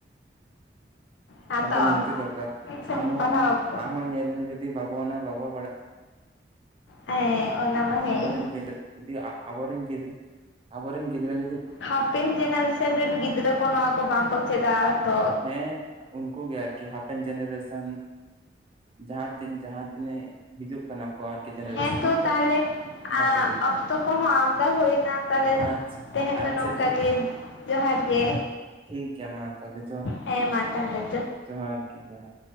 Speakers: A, on the left; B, on the right.
A: ᱦᱟᱛᱟᱣᱟᱢ
B: ᱚᱱᱟᱫᱚ ᱱᱤᱛᱮ ᱫᱚᱨᱠᱟᱨ
A: ᱮᱠᱥᱮᱢ
B: ᱟᱢ ᱦᱚᱸ
A: ᱯᱟᱲᱦᱟᱣ ᱩᱛᱟᱹᱨᱚᱜᱼᱟ
B: ᱟᱢ ᱦᱚᱸ ᱧᱮᱞ ᱢᱮ ᱡᱩᱫᱤ ᱵᱟᱵᱚ ᱚᱱᱟ ᱵᱟᱵᱚ ᱵᱟᱲᱟᱭ᱾
A: ᱦᱸ ᱚᱱᱟ ᱢᱟ ᱦᱮᱸ
B: ᱟᱵᱚᱨᱮᱱ ᱜᱤᱫᱽᱨᱟᱹ ᱡᱫᱤ ᱟᱵᱚᱨᱮᱱ ᱜᱤᱫᱽᱨᱟᱹ ᱟᱵᱚᱨᱮᱱ ᱜᱤᱫᱽᱨᱟᱹᱼᱼ
A: ᱦᱟᱯᱮᱱ ᱡᱮᱱᱟᱨᱮᱥᱮᱱ ᱨᱮᱱ ᱜᱤᱫᱽᱨᱟᱹ ᱠᱚ ᱱᱚᱣᱟ ᱠᱚ ᱵᱟᱝᱠᱚ ᱪᱮᱫᱟ ᱛᱚ
B: ᱦᱮᱸ ᱩᱝᱠᱩ ᱜᱮ ᱟᱨᱠᱤ ᱦᱟᱯᱮᱱ ᱡᱮᱱᱟᱨᱥᱱ ᱡᱟᱦᱟᱸ ᱛᱤᱱ ᱡᱟᱦᱟᱸ ᱛᱱᱟᱹᱜ ᱦᱤᱡᱩᱜ ᱠᱟᱱᱟ ᱠᱚ ᱟᱨᱠᱤ ᱡᱮᱱᱟᱨᱮᱥᱚᱱ
A: ᱦᱮᱸ ᱛᱚ
B: ᱩᱱᱠᱩ
A: ᱛᱟᱦᱞᱮ
B: ᱵᱟᱠᱚ
A: ᱟᱸ
B: ᱵᱩᱡᱽ ᱧᱟᱢᱟ
A: ᱚᱠᱛᱚ ᱠᱚᱦᱚᱸ ᱟᱢᱫᱟ ᱦᱩᱭᱱᱟ ᱛᱟᱦᱞᱮ
B: ᱟᱪᱪᱷᱟ
A: ᱛᱮᱦᱮᱧ
B: ᱟᱪᱪᱷᱟ
A: ᱫᱚ ᱱᱚᱝᱠᱟ ᱜᱮ, ᱡᱚᱦᱟᱨ ᱜᱮ
B: ᱴᱷᱤᱠᱜᱮᱭᱟ ᱢᱟ ᱛᱟᱦᱞᱮ
A: ᱦᱮᱸ ᱢᱟ ᱛᱟᱦᱚᱞᱮ
B: ᱡᱚᱦᱟᱨ ᱜᱮ ᱡᱚᱦᱟᱨ᱾